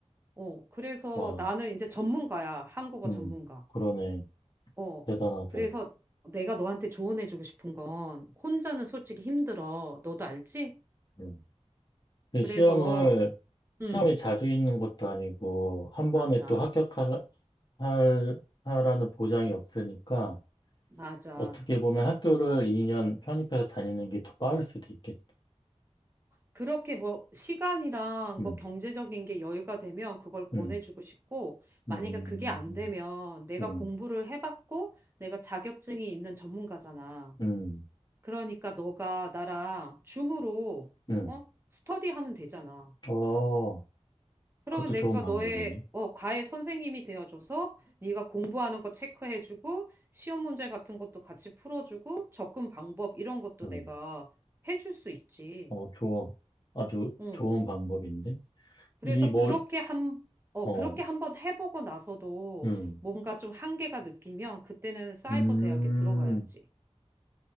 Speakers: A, on the right; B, on the left.
A: 어, 그래서
B: 와,
A: 나는 이제 전문가야, 한국어
B: 음,
A: 전문가.
B: 그러네.
A: 어,
B: 대단하다.
A: 그래서 내가 너한테 조언해주고 싶은 건 혼자는 솔직히 힘들어. 너도 알지?
B: 음. 그
A: 그래서,
B: 시험을,
A: 음,
B: 시험이 자주 있는 것도 아니고, 한
A: 맞아,
B: 번에 또 합격할, 할- 하라는 보장이 없으니까,
A: 맞아.
B: 어떻게 보면 학교를 2년 편입해서 다니는 게 더 빠를 수도 있겠다.
A: 그렇게 뭐 시간이랑
B: 음,
A: 뭐 경제적인 게 여유가 되면 그걸 권해주고
B: 음,
A: 싶고, 만약에
B: 음,
A: 그게 안 되면 내가
B: 음,
A: 공부를 해봤고, 내가 자격증이 있는 전문가잖아.
B: 음,
A: 그러니까 너가 나랑 줌으로,
B: 음.
A: 어? 스터디하면 되잖아.
B: 어,
A: 그러면
B: 그것도
A: 내가
B: 좋은 방법이네.
A: 너의 어, 과외 선생님이 되어줘서 네가 공부하는 거 체크해주고 시험 문제 같은 것도 같이 풀어주고 접근 방법 이런 것도
B: 음.
A: 내가 해줄 수 있지.
B: 어, 좋아. 아주
A: 응.
B: 좋은 방법인데?
A: 그래서
B: 이 뭐,
A: 그렇게 한, 어,
B: 어,
A: 그렇게 한번 해보고 나서도
B: 음,
A: 뭔가 좀 한계가 느끼면 그때는 사이버
B: 음,
A: 대학에 들어가야지.